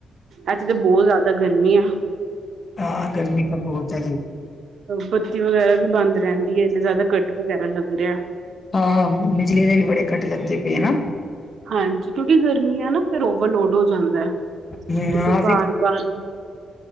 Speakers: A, on the right; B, on the left.
A: ਐਥੇ ਤੇ ਬਹੁਤ ਜ਼ਿਆਦਾ ਗਰਮੀ ਆ।
B: ਹਾਂ, ਗਰਮੀ ਤਾਂ ਬਹੁਤ ਐ।
A: ਬੱਤੀ ਵਗੈਰਾ ਵੀ ਬੰਦ ਰਹਿੰਦੀ ਐ। ਇੰਨੇ ਜ਼ਿਆਦਾ ਕੱਟ ਵਗੈਰਾ ਲੱਗ ਰਿਹਾ।
B: ਹਾਂ, ਹਮ ਬਿਜਲੀ ਦੇ ਵੀ ਬੜੇ ਕੱਟ ਲੱਗਦੇ ਪਏ ਨਾ।
A: ਹਾਂਜੀ, ਕਿਉਂਕਿ ਗਰਮੀ ਐ ਨਾ, ਫੇਰ ਓਵਰਲੋਡ ਹੋ ਜਾਂਦਾ ਐ।
B: ਹਮ
A: ਤੇ ਫਿਰ
B: ਆ
A: ਬਾਰ-ਬਾਰ <inaudible>